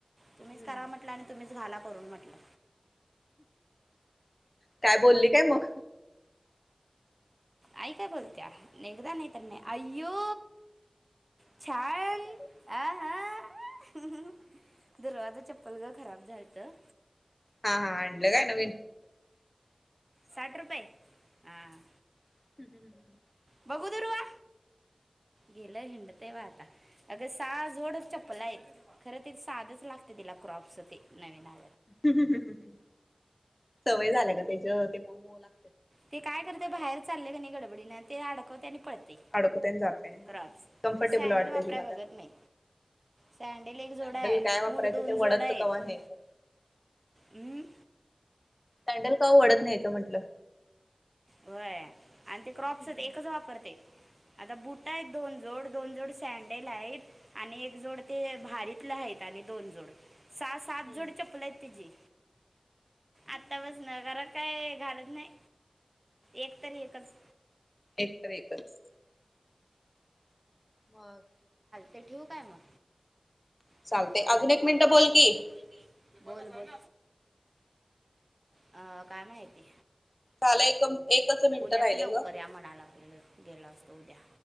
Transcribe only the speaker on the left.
हम्म.
काय बोल्ली काय मग?
हम्म
काय झालं?
हां हां आणलं काय नवीन?
<inaudible>
हं हं हं सवय झाल्या ग, तेच तेम मुलान
अडकूतेन जाते हा.
कम्फर्टेबल
वाटते
तिला त्यात.
सँडल काय वापरायचं
ते वडत
कवा न्यायचं
सँडल कवा वडत न्ह्यायच म्हंटलं.
हम्म
हम्म.
एक तर एकच. मग.
चालते
अजून एक
मिनिटं बोल
की.
झालं एक एकच मिनिटं
राहिले
ग